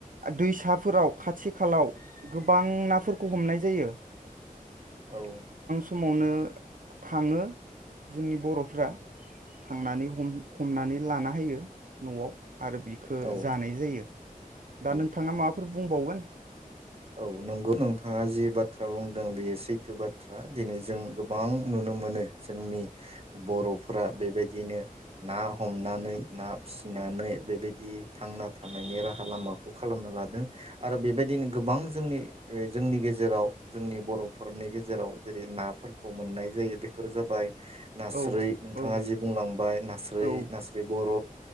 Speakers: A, on the right; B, on the right.
A: दैसाफोराव खाथि खालाव गोबां नाफोरखौ हमनाय जायो जायो
B: औ
A: समावनो थाङो जोंनि बर'फ्रा थांनानै हम-हमनानै लाना होयो नआव आरो बिखो
B: औ
A: जानाय जायो दा
B: औ
A: नोंथाङा मा बुंबावगोन
B: औ नोंगौ नोंथाङा जि बाथ्रा बुंदों बेयो सैथो बाथ्रा दिनै जों गोबां नुनो मोनो जोंनि बर'फोरा बेबायदिनो ना हमनानै ना फिसिनानै बेबायदि थांना थानायनि राहा लामाखौ खालामना लादों आरो बेबायदिनो गोबां जोंनि जोंनि गेजेराव जोंनि बर'फोरनि गेजेराव जेरै नाफोरखौ मोननाय जायो बेफोर जाबाय नास्राय
A: औ
B: नोंथाङा
A: औ
B: जि बुंलांबाय नास्राय
A: औ
B: नास्राय बर